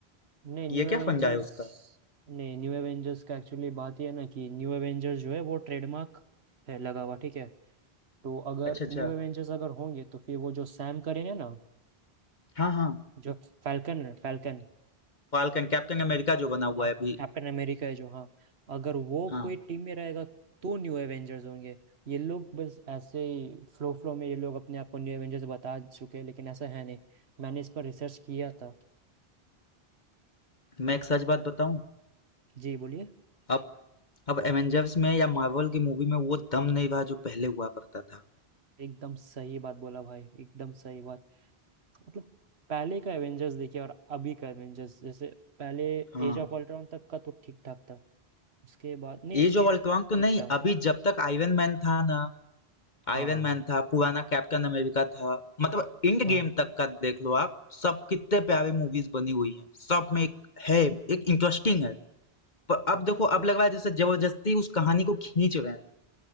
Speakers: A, on the right (about 80°); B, on the left (about 45°).
A: नहीं न्यू
B: ये क्या
A: एवेंजर्स
B: फंडा है उसका
A: नहीं न्यू एवेंजर्स का एक्चुअली बात ये है ना कि न्यू एवेंजर्स जो है वो ट्रेडमार्क है लगा हुआ ठीक है तो अगर
B: अच्छा अच्छा
A: न्यू एवेंजर्स अगर होंगे तो फिर वो जो सैम करेन है ना
B: हाँ हाँ
A: जो फैल्कन है फैल्कन
B: फाल्कन कैप्टन अमेरिका जो बना हुआ
A: हाँ
B: है अभी
A: कैप्टन अमेरिका है जो हाँ अगर वो
B: हाँ
A: कोई टीम में रहेगा तो न्यू एवेंजर्स होंगे ये लोग बस ऐसे ही फ्लो फ्लो में ये लोग अपने आप को न्यू एवेंजर्स बता चुके हैं लेकिन ऐसा है नहीं मैंने इस पर रिसर्च किया था
B: मैं एक सच बात बताऊं
A: जी बोलिए
B: अब अब एवेंजर्स में या मार्वल की मूवी में वो दम नहीं रहा जो पहले हुआ करता था
A: एकदम सही बात बोला भाई एकदम सही बात मतलब पहले का एवेंजर्स देखिए और अभी का एवेंजर्स जैसे पहले
B: हाँ
A: एज ऑफ अल्ट्रॉन तक का तो ठीक ठाक था उसके बाद नहीं
B: एज
A: एंड
B: ऑफ अल्ट्रॉन तो नहीं
A: ठीक था
B: अभी जब तक आयरन मैन था ना
A: हाँ
B: आयरन
A: हाँ
B: मैन था पुराना कैप्टन अमेरिका था मतलब इंड
A: हाँ
B: गेम तक का देख लो आप सब कितने प्यारे मूवीज बनी हुई हैं सब में एक है एक इंटरेस्टिंग है पर
A: हाँ
B: अब देखो
A: हाँ।
B: अब लग रहा है जैसे जबरदस्ती उस कहानी को खींच रहे हैं